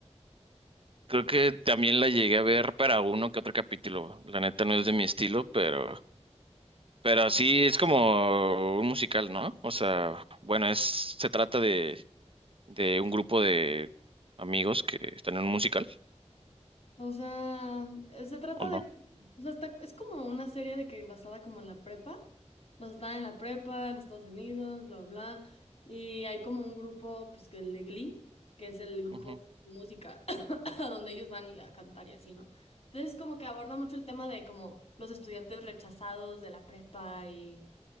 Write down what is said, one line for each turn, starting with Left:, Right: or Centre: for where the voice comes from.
Right: creo que también la llegué a ver para uno que otro capítulo. La neta no es de mi estilo, pero, pero sí es como un musical, ¿no? O sea, bueno, es, se trata de, de un grupo de amigos que están en un musical,
Left: O sea, eh, se trata
Right: ¿o no?
Left: de, o sea, está- es como una serie de que basada como en la prepa, basada en la prepa, en Estados Unidos, bla, bla, bla, y hay como un grupo, pues que el de Glee, que es el grupo
Right: Ujú,
Left: de música, <coughs> a donde ellos van y a cantar y así, ¿no? Entonces como que aborda mucho el tema de como los estudiantes rechazados de la prepa y